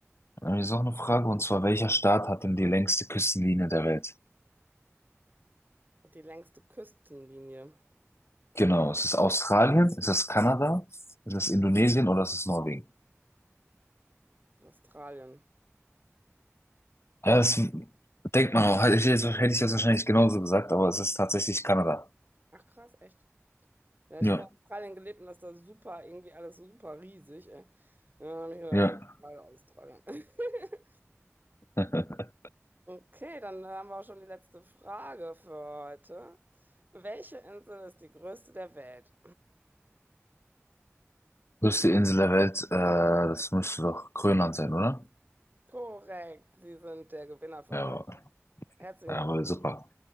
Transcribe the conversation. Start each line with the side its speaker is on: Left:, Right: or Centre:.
Left: dann habe ich jetzt auch eine Frage, und zwar, welcher Staat hat denn die längste Küstenlinie der Welt?
Right: Die längste Küstenlinie
Left: Genau, ist es Australien, ist das Kanada, ist das Indonesien oder ist es Norwegen?
Right: Australien.
Left: Ja, das denkt man auch. Hätte ich jetzt, hätte ich jetzt wahrscheinlich genauso gesagt, aber es ist tatsächlich Kanada.
Right: Ach krass, echt. Ja, ich
Left: Ja,
Right: habe ja in Australien gelebt und das ist da super, irgendwie alles super riesig, ey. Ja, dann hab ich gedacht,
Left: ja.
Right: auf jeden Fall Australien. <laughs>
Left: <laughs>
Right: Okay, dann haben wir auch schon die letzte Frage für heute. Welche Insel ist die größte der Welt?
Left: Größte Insel der Welt, äh, das müsste doch Grönland sein, oder?
Right: Korrekt, Sie sind der Gewinner für
Left: Ja,
Right: heute.
Left: aber,
Right: Herzlichen
Left: ja,
Right: Glückwunsch.
Left: aber super.